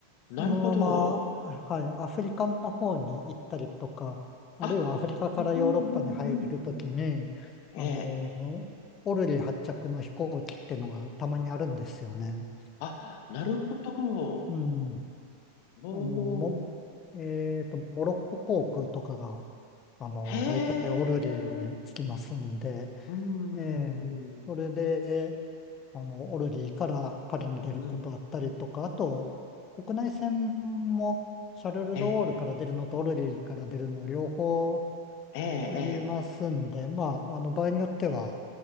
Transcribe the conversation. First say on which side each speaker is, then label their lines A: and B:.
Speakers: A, on the left; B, on the left.
A: なるほど。
B: そのまま、はい、アフリカの方に行ったりとか、あるいはアフリカからヨーロッパに入るときに、
A: あ、あうんうんうんうん。ええ。
B: あの、オルリー発着の飛行機っていうのがたまにあるんですよね。
A: あ、なるほど。
B: うん。
A: おー。
B: あの、も、えっと、モロッコ航空とかが、あの、
A: へえ、
B: 大体オルリーに着きますんで、
A: うん、
B: ええそれで、
A: う
B: あの、オルリーからパリに出ることあったりとか、
A: ん、
B: あと、国内線もシャルル・
A: ええ、
B: ド・ゴールから出るのとオルリーから出るの両方
A: ええ、ええ、
B: ありますんで、まあ、あの、場合によっては、